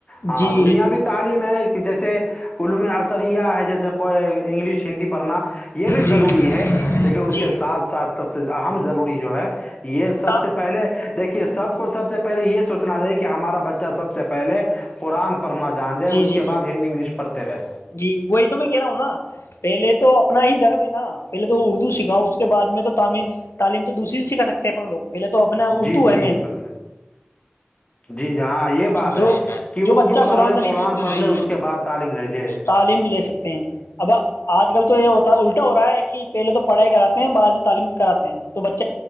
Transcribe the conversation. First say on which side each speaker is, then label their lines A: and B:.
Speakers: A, on the left; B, on the left.
A: ہاں
B: جی
A: دنیا بھی تعلیم ہے کہ جیسے عوم میں آ سیا ہے جیسے کوئی انگلش ہندی پڑھنا کہ یہ بھی ضروری
B: جی
A: ہے لیکن اس
B: جی
A: کے ساتھ ساتھ سب سے اہم ضروری جو ہے یہ سب
B: تا
A: سے پہلے دیکھیے سب کو سب سے پہلے یہ سوچنا تھااہ کہ ہمارا بچہ سب سے پہلے قرآن پڑھنا جان جائے
B: جی
A: اس
B: جی
A: کے
B: جی
A: بعد ہندی انگلش پڑھتے رہے
B: جی وہی تو میں کہہ رہا ہوں نا پہلے تو اپنا ہی دھرم ہے نا پہلے تو اردو سکھاؤ اس کے بعد میں تو تعم تعلیم تو دوسری سکھا سکتے ہیں اپنے لوگ پہلے تو اپنا اردو
A: جی جی
B: ہے مین
A: بالکل جی جی ہاں یہ بات ہے
B: جو
A: کہ
B: جو
A: اردو
B: بچہ
A: پڑھ
B: قرآن
A: لے
B: شریف
A: پڑھ لے
B: جی
A: اس کے بعد تعلیم لے جے
B: تعلیم لے سکتے ہیں اب آج کل تو یہ ہوتا الٹا ہو رہا ہے کہ پہلے تو پڑھائی کراتے ہیں بع میں تعلیم کراتے ہیں تو بچے